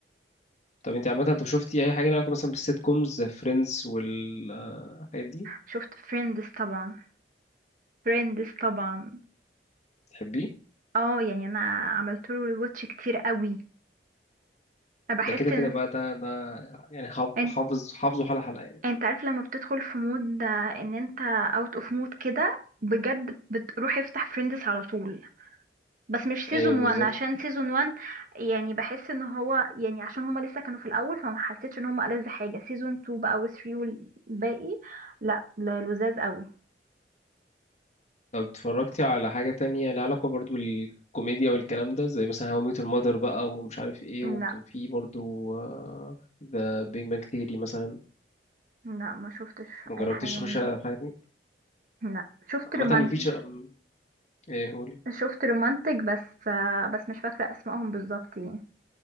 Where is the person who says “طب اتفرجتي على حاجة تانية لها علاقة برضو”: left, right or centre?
Left